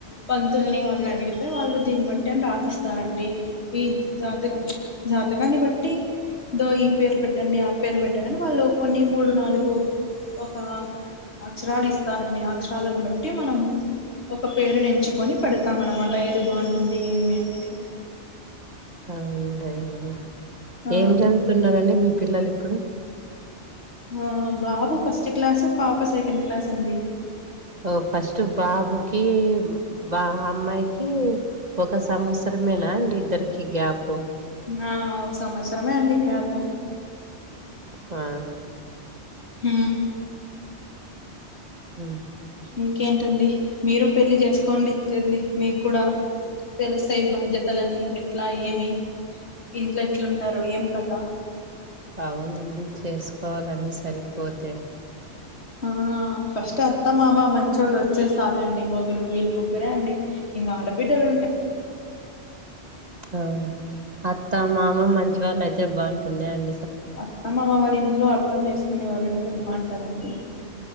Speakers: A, on the left; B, on the right.
A: పంతుల్ని వాళ్ళని అడిగితే వాళ్ళు దీన్ని బట్టి అని రాసిస్తారండి ఈ జాతకం జాతకాన్ని బట్టి దో ఈ పేరు పెట్టండి ఆ పేరు పె వాళ్ళు కొన్ని మూడు నాలుగు ఒక అక్షరాలు ఇస్తారండి ఆ అక్షరాలను బట్టి మనం ఒక పేరునెంచుకొని పెడతాం అన్నమాట ఏది బాగుంటుంది ఏమి అనేది
B: అ ఉంటాయండి
A: ఆ
B: ఏం చదువుతున్నరండి మీ పిల్లలు ఇప్పుడు
A: ఆ బాబు ఫస్ట్ క్లాస్ పాప సెకండ్ క్లాస్ అండి.
B: ఓ ఫస్ట్ బాబుకి బా అమ్మాయికి ఒక సంవత్సరమేన అండి ఇద్దరికి గ్యాప్
A: ఆ ఒక సంవత్సరమే అండి గ్యాపు
B: ఆ
A: ఉ
B: ఉ
A: ఇంకేంటండి మీరు పెళ్లి చేసుకోండి జల్లి మీకు కూడ తెలుస్తాయి బాధ్యతలన్నీ ఎట్ల ఏమి ఇంట్లో ఎట్లుంటారు ఏం కథ
B: అవునండి చేసుకోవాలి అండి సరిపోతే
A: ఆ ఫస్ట్ ఎ అత్తమామ మంచోళ్ళు వచ్చేసాలండి ముగ్గురు వీళ్ళు ముగ్గురే అండి మీ ఆడబిడల్ ఉంటా
B: ఆ అత్త మామ మంచివాళ్ళ అయితే బాగుంటుంది అని
A: అర్థం అమ్మ మామా వాళ్ళ ఇంట్లో అర్థం చేసుకునే వాళ్ళంటే బాగుంటదండి